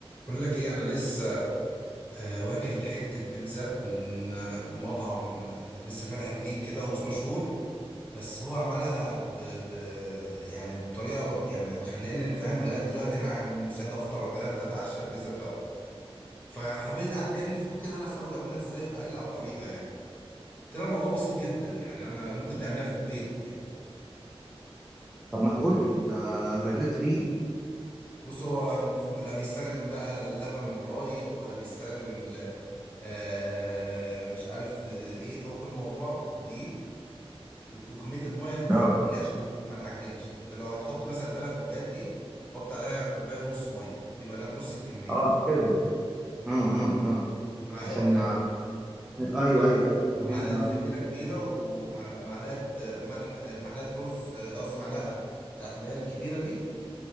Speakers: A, on the left; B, in the centre.
A: بقول لك ايه انا لسه آه، واكل حته بيتزا من آه، مطعم آه، لسه فاتح جديد كده ومش مشهور بس هو عملها ب... ب... يعني بطريقه يعني مخلياني فاهم لغايه دلوقتي انا مستعد افطر اتغدى اتعشى البيتزا بتاعته فحبيت قعد جاني الفضول كده ان انا اساله بيعملها ازاي فقال لي على الطريقه يعني قلت له الموضوع بسيط جدا يعني انا ممكن تعملها في البيت يعني
B: طب ما تقول لي انت جريت ريقي
A: بص هو لا بيستخدم بقى لبن رايب ولا بيستخدم آه مش عارف آه، ايه هو كل موضوع دقيق وكمية المية المعينة
B: اه
A: دي عشان ما تعجنش انت لو هتحط مثلا ثلاث كوبايات دقيق حط عليها كوباية ونص مية بيبقى ن- نص الكمية
B: اه كده امم امم أمم.
A: المعيار
B: عشان
A: يعني و-
B: ايوه ايوه ايوه مهم
A: ومعلقة
B: قوي
A: خميرة كبيرة ومعلقة ملح معلقة رز آه، قصدي معلقة بتاعت اللي هي الكبيرة دي